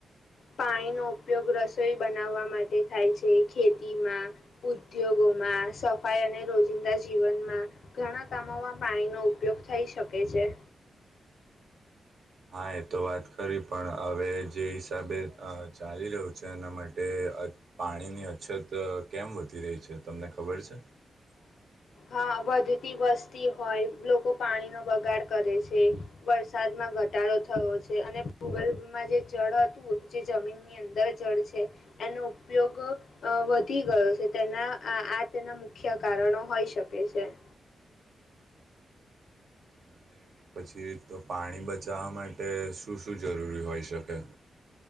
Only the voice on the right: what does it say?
હા એ તો વાત ખરી પણ હવે જે હિસાબે ચાલી રહ્યું છે એના માટે- પાણીની અછત કેમ વધી રહી છે તમને ખબર છે?
અને <unintelligible> પછી તો પાણી બચાવવા માટે શું શું જરૂરી હોય શકે?